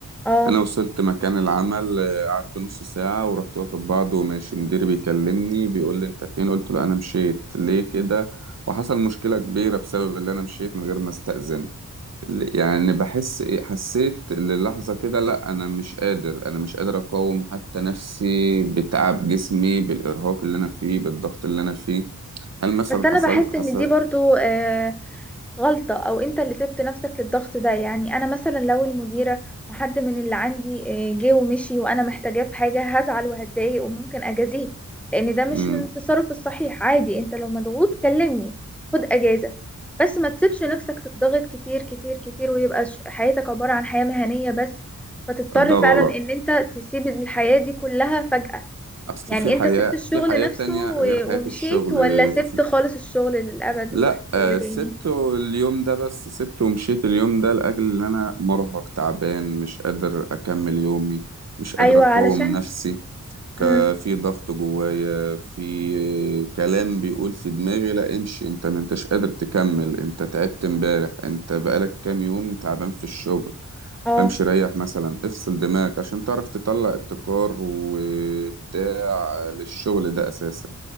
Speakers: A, in the centre; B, on the right (about 55°).
A: اه
B: انا وصلت مكان العمل إيه، قعدت نص ساعة ورحت واخد بعض وماشي مديري بيكلمني بيقول لي انت فين قلت له انا مشيت ليه كده وحصل مشكلة كبيرة بسبب اللي انا مشيت من غير ما استأذن يعني بحس إيه، حسيت للحظة كده لا أنا مش قادر أنا مش قادر أقاوم حتى نفسي بتعب جسمي بالإرهاق اللي أنا فيه بالضغط اللي أنا فيه هل مثلا
A: بس
B: حصل
A: انا بحس
B: حصل
A: ان دي برضو آه، غلطة أو أنت اللي سبت نفسك للضغط ده يعني أنا مثلا لو المديرة وحد من اللي عندي آه، جه ومشي وأنا محتاجاه في حاجة هزعل وهتضايق وممكن أجازيه لأن ده مش
B: مم.
A: من التصرف الصحيح عادي أنت لو مضغوط كلمني خد أجازة بس ما تسيبش نفسك تضغط كتير كتير كتير ويبقى ش- حياتك عبارة عن حياة مهنية بس فتضطر
B: ده
A: فعلا
B: غلط
A: إن أنت تسيب الحياة دي كلها فجأة
B: أصل
A: يعني
B: في حياة
A: أنت سبت الشغل
B: في حياة
A: نفسه
B: تانية
A: و-
B: غير حياة
A: ومشيت
B: الشغل
A: ولا سبت
B: في...
A: خالص الشغل للأبد
B: لا
A: ورحت شغل
B: آه، سبته
A: تاني
B: اليوم ده بس سبته ومشيت اليوم ده لأجل إن أنا مرهق تعبان مش قادر أكمل يومي مش قادر
A: ايوه
B: أقاوم
A: علشان
B: نفسي ك-
A: امم
B: في ضغط جوايا في كلام بيقول في دماغي لا امشي انت ما انتش قادر تكمل انت تعبت امبارح انت بقالك كام يوم تعبان في الشغل
A: اه
B: امشي ريح مثلا افصل دماغك عشان تعرف تطلع ابتكار وابداع للشغل ده اساسا